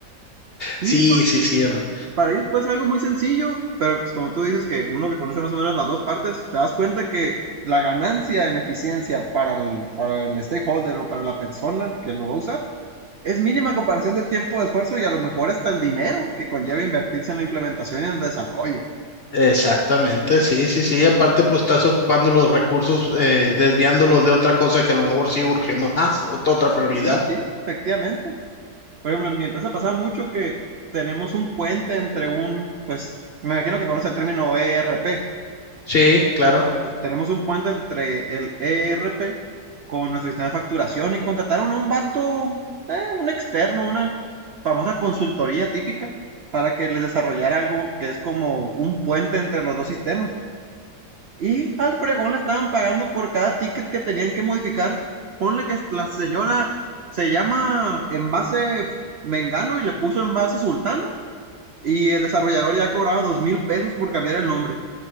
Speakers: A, on the right; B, on the left.
A: Sí,
B: Sí,
A: porque
B: sí, sí, hombre.
A: para ellos puede ser algo muy sencillo, pero pues como tú dices que uno que conoce más o menos las dos partes, te das cuenta que la ganancia en eficiencia para el, para el stakeholder o para la persona que lo va a usar es mínima a comparación del tiempo de esfuerzo y a lo mejor hasta el dinero que conlleva invertirse en la implementación y en el desarrollo.
B: Exactamente, sí, sí, sí. Aparte, pues estás ocupando los recursos, eh, desviándolos de otra cosa que a lo mejor sí urge más, ot- otra prioridad.
A: Sí, sí, efectivamente. Por ejemplo, en mi empresa pasaba mucho que tenemos un puente entre un, pues, me imagino que conoce el término ERP.
B: Sí, claro.
A: Ah, pues, tenemos un puente entre el ERP con nuestro sistema de facturación y contrataron a un vato, eh, un externo, una famosa consultoría típica para que les desarrollara algo que es como un puente entre los dos sistemas. Y al fregón le estaban pagando por cada ticket que tenían que modificar. Ponle que la señora se llama envase Mengano y le puso envase Sultano. Y el desarrollador ya cobraba dos mil pesos por cambiar el nombre.